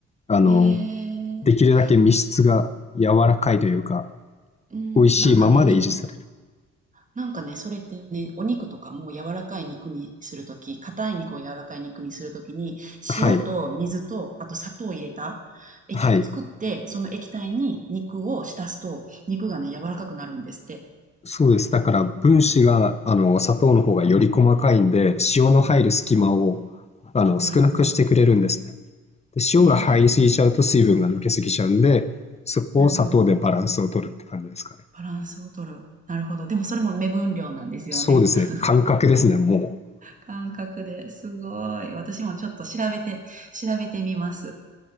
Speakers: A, on the left (about 20°); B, on the right (about 25°).
A: あの、
B: へえ。
A: できるだけ身質が柔らかいというか、
B: うん。
A: 美味しいままで維持される。
B: なんかね、に、なんかね、それってね、お肉とかも柔らかい肉にするとき、硬い肉を柔らかい肉にするときに、
A: はい。
B: 塩と水と、あと砂糖を入れた液を作って、
A: はい。
B: その液体に肉を浸すと、肉がね、柔らかくなるんですって。
A: そうです。だから分子が、あの、砂糖の方がより細かいんで、塩の入る隙間を、あの、少なくしてくれるんですね。
B: なるほど。
A: で、塩が入りすぎちゃうと水分が抜けすぎちゃうんで、
B: へえ、
A: そこを砂糖でバランスを取るって感じですかね。
B: なるほど。バランスを取る。なるほど。でもそれも目分量なんですよね。
A: そうですね。
B: <laughs>
A: 感覚ですね、もう。
B: 感覚ですごい。私もちょっと調べて、調べてみます。